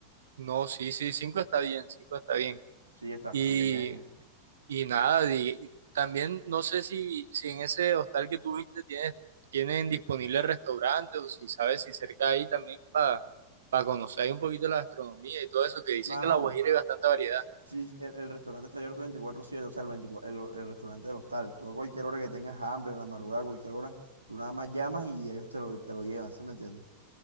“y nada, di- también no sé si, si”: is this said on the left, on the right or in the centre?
Right